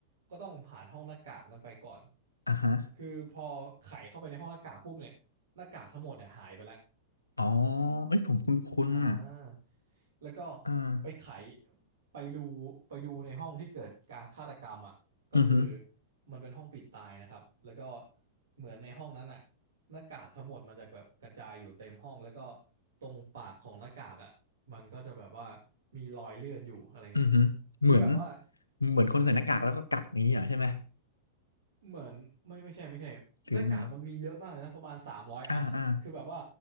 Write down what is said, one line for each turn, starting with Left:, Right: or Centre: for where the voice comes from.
Right: ก็ต้องผ่านห้องหน้ากากนั้นไปก่อน
Left: อ่าฮะ
Right: คือพอไขเข้าไปในห้องหน้ากากปุ๊บเนี่ยหน้ากากทั้งหมดเนี่ยหายไปแล้ว
Left: อ๋อเอ้ยผมคุ้นคุ้นอ่ะ
Right: อ่าแล้วก็
Left: อ่า
Right: ไปไขไปดูไปดูในห้องที่เกิดการฆาตกรรมอ่ะก็คือ
Left: อือฮึ
Right: มันเป็นห้องปิดตายนะครับแล้วก็เหมือนในห้องนั้นอ่ะหน้ากากทั้งหมดมันจะแบบกระจายอยู่เต็มห้องแล้วก็ตรงปากของหน้ากากอ่ะมันก็จะแบบว่ามีรอยเลือดอยู่อะไรเงี้ย
Left: อือฮึเหมือน
Right: คือแบบว่า
Left: เหมือนคนใส่หน้ากากแล้วก็กัดอย่างนี้เหรอใช่ไหม
Right: เหมือนไม่ไม่ใช่ไม่ใช่หน้ากากมันมีเยอะมากเลยนะประมาณสามร้อยอันอ่ะคือแบบว่า
Left: หรือยังไงอ่าอ่า